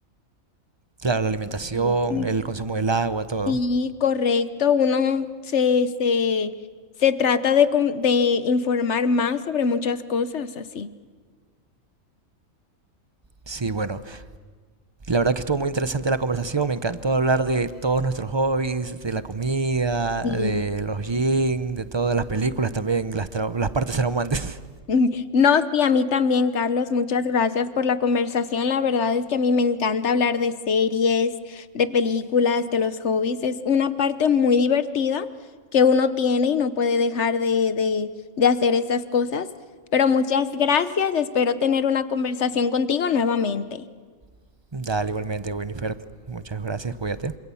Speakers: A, on the right; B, on the left.
A: Claro, la alimentación,
B: Sí, es
A: el consumo del agua, todo.
B: Sí, correcto. Uno se, se, se trata de, con- de informar más sobre muchas cosas así.
A: Sí, bueno, La verdad que estuvo muy interesante la conversación, me encantó hablar de todos nuestros hobbies, de la comida,
B: Sí.
A: de los jeans, de todas las películas también, las, trau- las partes traumantes.
B: <laughs> No, sí, a mí también, Carlos. Muchas gracias por la conversación. La verdad es que a mí me encanta hablar de series, de películas, de los hobbies. Es una parte muy divertida que uno tiene y no puede dejar de, de, de hacer esas cosas. Pero muchas gracias. Espero tener una conversación contigo nuevamente.
A: <laughs> Dale, igualmente, Winifred, muchas gracias, cuídate.